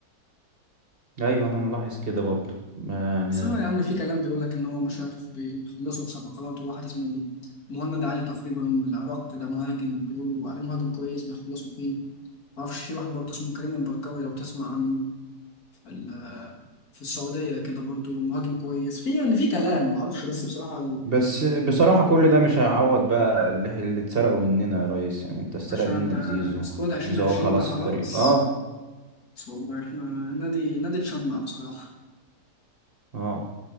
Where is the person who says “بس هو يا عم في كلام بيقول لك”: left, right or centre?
Left